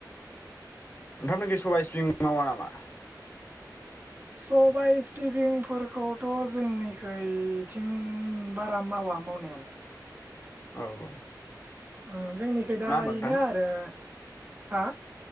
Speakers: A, on the left; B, on the right.
A: नोंथांमोननिखै सबाइ सिबिं मावा नामा?
B: सबाय सिबिंफोरखौथ' जोंनिखैथिं बारा मावा मावनायालाय।
A: औ औ।
B: उम जोंनिखै दा
A: ना होमबा
B: इनो
A: नोंथां
B: आरो हा